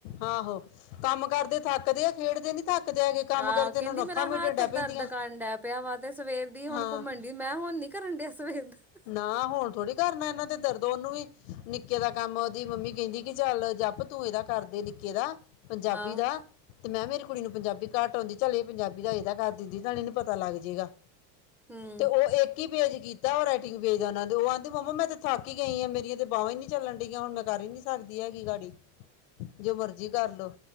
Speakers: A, on the left; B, in the centre.
A: ਆਹੋ ਕੰਮ ਕਰਦੇ ਥੱਕਦੇ ਆ, ਖੇਡਦੇ ਨੀ ਥੱਕਦੇ ਹੈਗੇ ਕੰਮ
B: ਆਹ
A: ਕਰਦੇ
B: ਕਹਿੰਦੀ
A: ਇਹਨਾਂ ਨੂੰ
B: ਮੇਰਾ
A: ਅੱਖਾਂ ਮੀਟਣ
B: ਹੱਥ
A: ਡੈ ਪੈਂਦੀਆਂ
B: ਦਰਦ ਕਡ ਹੈ ਪਿਆ ਵਾ ਤੇ ਸਵੇਰ ਦੀ ਹੁਣ
A: ਹਾਂ
B: ਘੁੰਮਣ ਮੈਂ ਹੁਣ ਨੀ ਕਰਨ ਡਿਆ ਸਵੇਰ ਦਾ।
A: ਨਾ ਹੁਣ ਥੋੜੀ ਕਰਨਾ ਇਹਨਾਂ ਤੇ ਦਰਦ ਉਹਨੂੰ ਵੀ ਨਿੱਕੇ ਦਾ ਕੰਮ ਆ ਉਹਦੀ ਮੰਮੀ ਕਹਿੰਦੀ ਕਿ ਚੱਲ ਜਪ ਤੂੰ ਇਹਦਾ ਕਰਦੇ ਨਿੱਕੇ ਦਾ। ਪੰਜਾਬੀ
B: ਆਹੋ
A: ਦਾ। ਤੇ ਮੈਂ ਕਿਹਾ ਮੇਰੀ ਕੁੜੀ ਨੂੰ ਪੰਜਾਬੀ ਘੱਟ ਆਉਂਦੀ ਚੱਲ ਇਹ ਪੰਜਾਬੀ ਦਾ ਇਹਏਦਾ ਕਰ ਦਿੰਦੀ ਤਾਂ ਇਹਨੂੰ ਪਤਾ ਲੱਗ ਜਾਏਗਾ।
B: ਹੂੰ
A: ਤੇ ਉਹ ਇੱਕ ਹੀ ਪੇਜ ਕੀਤਾ ਉਹ ਰਾਈਟਿੰਗ ਪੇਜ ਉਹਨਾ ਦੇ ਉਹ ਕਹਿੰਦੀ ਮੰਮਾ ਮੈਂ ਤੇ ਥਾਕੀ ਗਈ ਆ ਮੇਰੀਆਂ ਤੇ ਬਾਵਾ ਨੀ ਚੱਲਣ ਡਗੀਆਂ ਹੁਣ ਮੈਂ ਕਰ ਹੀ ਨਹੀਂ ਸਕਦੀ ਹੈਗੀ ਗਾਡੀ, ਜੋ ਮਰਜ਼ੀ ਕਰ ਲੋ।